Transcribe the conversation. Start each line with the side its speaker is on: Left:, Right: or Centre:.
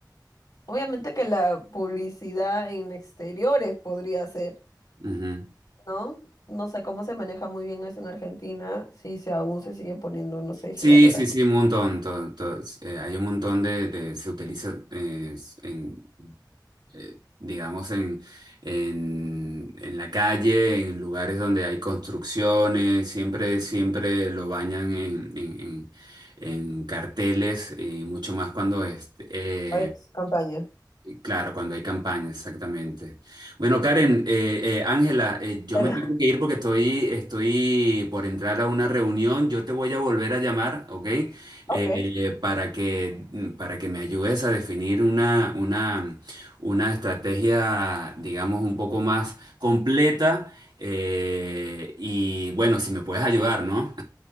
Left: obviamente que la publicidad en exteriores podría ser,
Right: Ujú.
Left: ¿no? No sé cómo se maneja muy bien eso en Argentina, si se aún se sigue poniendo, no sé,
Right: Sí,
Left: gigatoraje.
Right: sí, sí, un montón. to- to- eh, hay un montón de, de- se utiliza eh, en, eh, digamos, en, en, en la calle, en lugares donde hay construcciones, siempre, siempre lo bañan en, en- en- en carteles y mucho más cuando es, eh,
Left: Ay, campaña.
Right: eh, Claro, cuando hay campañas, exactamente. Bueno, Karen, eh, eh, Ángela, eh, yo
Left: Pero-
Right: me tengo
Left: <laughs>
Right: que ir porque estoy, estoy por entrar a una reunión. Yo te voy a volver a llamar, ¿ok? Eh,
Left: Ok.
Right: eh, para que, mm, para que me ayudes a definir una, una, una estrategia, digamos, un poco más completa. eh, y bueno, si me puedes ayudar, ¿no?